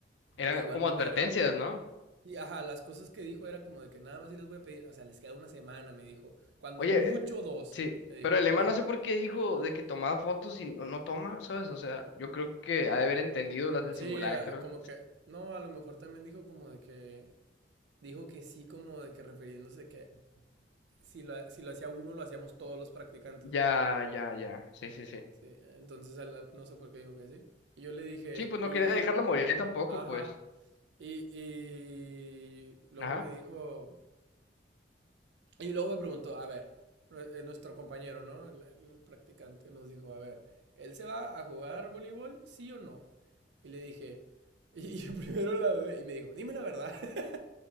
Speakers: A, on the left; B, on the right.
A: Eran
B: De igual
A: como
B: manera,
A: advertencias, ¿no?
B: Y ajá, las cosas que dijo era como de que nada más sí les voy a pedir, o sea, les queda una semana, me dijo. Cuando
A: Oye,
B: mucho
A: eh,
B: dos,
A: sí,
B: me dijo,
A: pero el Ema
B: dijo.
A: no sé por qué dijo de que tomaba fotos y no, no toma, ¿sabes? O sea, yo creo que ha de haber entendido
B: Mm,
A: las del
B: Sí,
A: simulacro.
B: ah, como que, no, a lo mejor también dijo como de que, dijo que sí, como de que refiriéndose que si lo, si lo hacía uno, lo hacíamos todos los practicantes,
A: Ya,
B: pues.
A: ya, ya. Sí, sí, sí.
B: Sí, entonces a la- no sé por qué dijo que sí. Y yo le dije,
A: Sí, pues no
B: y,
A: quería dejarla
B: y,
A: morir tampoco,
B: ajá.
A: pues.
B: Y, y luego
A: Ajá.
B: me dijo, Y luego me preguntó, a ver, eh, eh, nuestro compañero, ¿no? El, el practicante nos dijo, a ver, ¿él se va a jugar voleibol? ¿Sí o no? Y le dije, <laughs> y y yo primero la dudé, y me dijo, dime la verdad. <laughs>